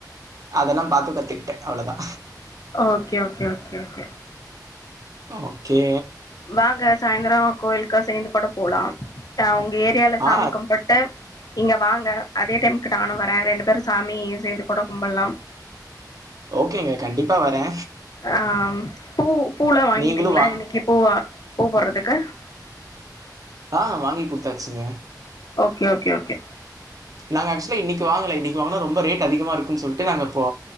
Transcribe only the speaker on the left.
okay okay okay okay
வாங்க சாய்ந்தரோ கோயிலுக்கா சேர்ந்து கூட போலா அ ஒங்க ஏரியால சாமிக்கும்புட்
டு இங்க வாங்க அதே டைமுக்கு நானு வரே ரெண்டு பேரு சாமி சேர்ந்து கூட கும்பல்லாம்
ஆ ம் பூ பூல்லா வாங்கிட்டீங்களா
இன்னைக்கி பூ ஆ பூ போட்றதுக்கு
ஓகே ஓகே ஓகே